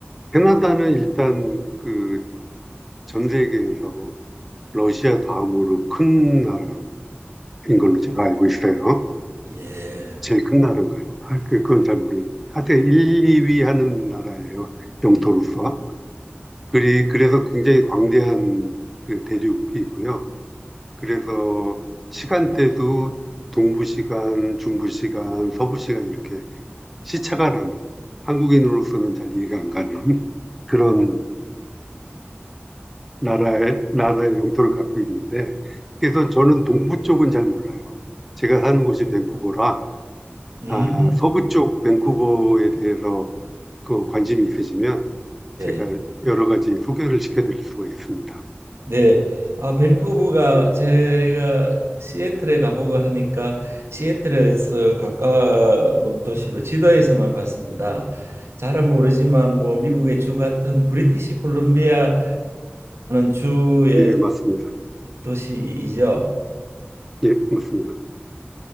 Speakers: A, in the centre; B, on the right.
A: 캐나다는 일단 그 전 세계에서 러시아 다음으로 큰 나라인 걸로 제가 알고 있어요.
B: 예.
A: 제일 큰 나라인가요? 아, 그- 그건 잘 모르겠고. 하여튼 1, 2위 하는 나라예요. 영토로서.
B: 네.
A: 그리, 그래서 굉장히 광대한 그 대륙이고요. 그래서 시간대도 동부 시간, 중부 시간, 서부 시간 이렇게 시차가 나는 한국인으로서는 잘 이해가 안 가는 그런 나라의, 나라의 영토를 갖고 있는데, 그래서 저는 동부 쪽은 잘 몰라요. 제가 사는 곳이 밴쿠버라,
B: 음,
A: 아, 서부 쪽 밴쿠버에 대해서 그 관심이 있으시면
B: 네.
A: 제가 여러 가지 소개를 시켜드릴 수가 있습니다.
B: 네. 아, 밴쿠버가 제가 시애틀에 가보고 하니까 시애틀에서 가까운 도시로 지도에서만 봤습니다. 잘은 모르지만 뭐 미국의 주 같은 브리티시 콜롬비아라는 주된
A: 예, 맞습니다.
B: 도시이죠.
A: 예, 맞습니다.